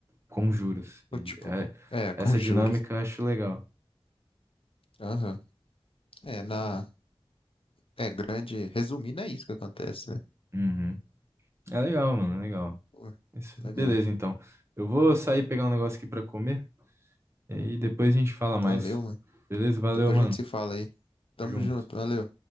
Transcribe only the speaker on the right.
com juros.
E
é-
essa
dinâmica eu acho legal.
Uhum. É legal, mano, é legal.
Isso-
Beleza, então. Eu vou sair pegar um negócio aqui para comer, e aí depois a gente fala
mais.
Beleza? Valeu,
mano.
Tamo Junto.